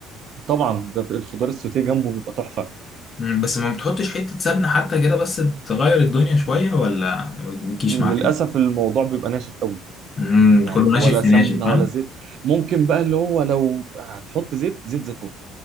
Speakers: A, on the right (about 40°); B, on the left (about 25°).
A: طبعا ده في الخضار السوتيه جنبه بيبقى تحفه
B: مم، بس ما بتحطش حتة سمنة حتى كده بس تغير الدنيا شوية ولا ما بتجيش
A: للاسف
B: معاك
A: الموضوع بيبقى ناشف قوي
B: امم
A: يعني
B: كله ناشف
A: ولا
B: في
A: سمنه
B: ناشف فاهم
A: ولا زيت ممكن بقى اللي هو لو هتحط زيت زيت زيتون